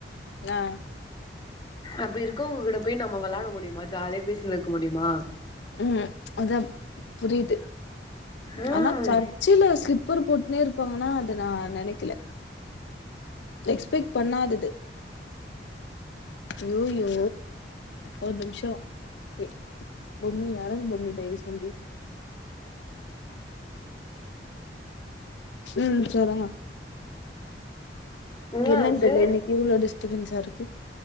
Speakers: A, on the left; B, on the left.
A: என்ன
B: அப்டி இருக்கவ்ங்ககிட்ட போய் நம்ம வெளாட முடியுமான் ஜாலியா பேசினு இருக்க முடியுமா
A: ம் அதா புரியுது
B: ம்
A: ஆனா பர்ச்சைல ஸ்லிப்பர் போட்னே இருப்பாங்கனா அத நா நெனைக்கல எக்ஸ்பெக்ட் பண்ணாதது யோயோ ஒரு நிம்ஷோ எ பொம்மி இறங்கு பொம்மி தயவு செஞ்சு ம் சொல்லுங்க
B: என்னாச்சு
A: என்னன் தெர்ல இன்னைக்கு இவ்ளோ டிஸ்டபென்ஸா இருக்கு